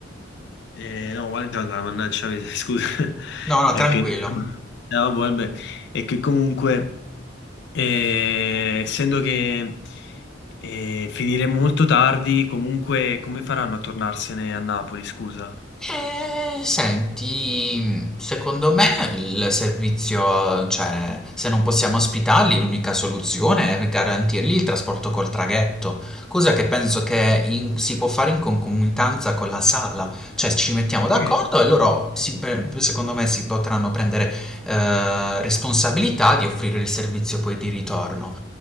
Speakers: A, on the left; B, in the centre.
A: eh, no, guarda Gianca, mannaggia, <laughs> scusa,
B: No, no,
A: è
B: tranquillo.
A: che, no, vabbè, vabbè. è che comunque, eh, essendo che eh, finiremo molto tardi, comunque come faranno a tornarsene a Napoli, scusa?
B: Eh, senti, secondo me il servizio, cioè, se non possiamo ospitarli, l'unica soluzione è garantirgli il trasporto col traghetto, cosa che penso che in- si può fare in concomitanza con la sala, cioè ci mettiamo d'accordo
A: Eh,
B: e loro, si- per- secondo me, si potranno prendere eh, responsabilità di offrire il servizio poi di ritorno.